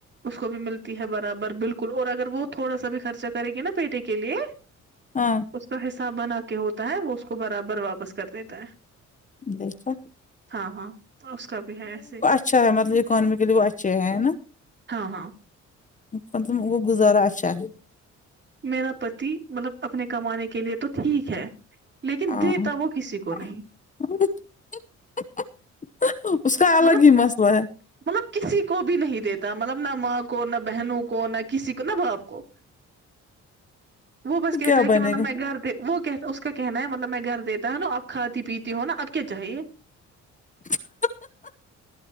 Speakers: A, on the right; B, on the left.
A: اس کو بھی ملتی ہے برابر بالکل اور اگر وہ تھوڑا سا بھی خرچہ کرے گی نا بیٹے کے لیے <inaudible>
B: ہاں
A: اس کا حساب بنا کے ہوتا ہے وہ اس کو برابر واپس کر دیتا ہے
B: دیکا
A: ہاں ہاں تو اس کا بھی ہے ایسے
B: اچھا ہے مطلبکانمکلی وہ اچھے ہیں نا
A: ہاں ہاں
B: مطلب وہ گزارا اچھا
A: میرا پتی مطلب اپنے کمانے کے لیے تو ٹھیک ہے لیکن
B: <unintelligible>
A: دیتا وہ کسی کو نہیں
B: اس کا الگ
A: مطلب
B: ہی مسئلہ ہے
A: مطلب کسی کو بھی نہیں دیتا مطلب نہ ماں کو نہ بہنوں کو نہ کسی کو نہ باپ کو وہ بس کیتا
B: کیا
A: ہے کہ
B: بنے
A: مب
B: گا
A: میں گھر وہ کہ اس کا کہنا ہے مطلب میں گھر دیتا ہوں نا اب کھاتی پیتی ہو نا اب کیا چاہیے
B: <unintelligible>